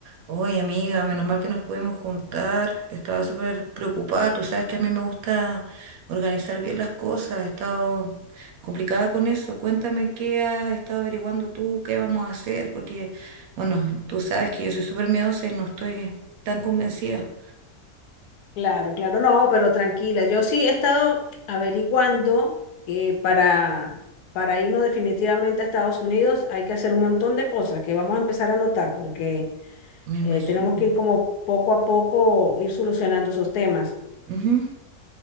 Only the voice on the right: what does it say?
Oye, amiga, menos mal que nos pudimos juntar. Estaba súper preocupada. Tú sabes que a mí me gusta organizar bien las cosas. He estado complicada con eso. Cuéntame qué has estado averiguando tú, qué vamos a hacer, porque, bueno, tú sabes que yo soy súper miedosa y no estoy tan convencida.
Me imagino.
Ujú.